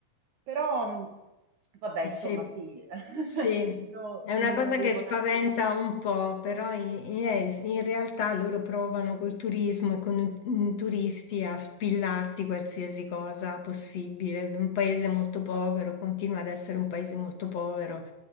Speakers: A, on the right; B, on the left.
A: Però, mh, vabbè,
B: Sì,
A: insomma, sì, <laughs>
B: sì,
A: no,
B: è
A: non
B: una cosa
A: avevo
B: che spaventa
A: neanche...
B: un po', però i- eh, in, realtà loro provano col turismo e con i turisti a spillarti qualsiasi cosa possibile. Un paese molto povero continua ad essere un paese molto povero